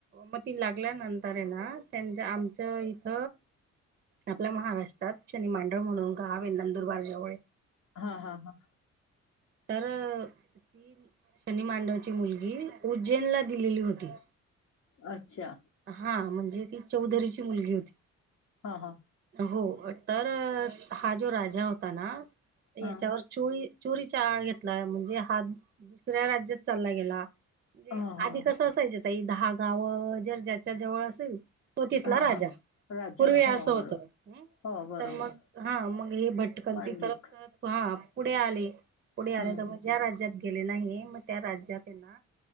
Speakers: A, on the right (about 35°); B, on the left (about 55°).
A: म ती लागल्यानंतरयेना ना त्यांच आमच्या इथ आपल्या महाराष्ट्रात शनी मांडळ म्हणून गावे नंदुरबार जवळये
B: हा हा हा
A: तर <unintelligible> मुलगी उज्जैनला दिलेली होती.
B: अच्छा
A: हा म्हणजे ती चौधरीची मुलगी होती.
B: हा हा
A: हो तर हा जो राजा होता ना
B: हां.
A: याच्यावर चोळी चोरीचा आळ घेतला, म्हणजे हा दुसऱ्या राज्यात चालला गेला. जे
B: हां, हां.
A: आधी कसं असायचं ताई दहा गावं जर ज्याच्या जवळ असेल तो तिथला
B: हां,
A: राजा
B: हां. राजा.
A: पूर्वी असं
B: हो, बरोबर.
A: होतं. त हम्
B: हो, बरोबर.
A: तर मग हा मग हे भटकंती
B: मांडलिक.
A: करत करत हा पुढे आले--पुढे
B: हं,
A: आले
B: हं.
A: त म ज्या राज्यात केले नाहीये म त्या राज्यातेना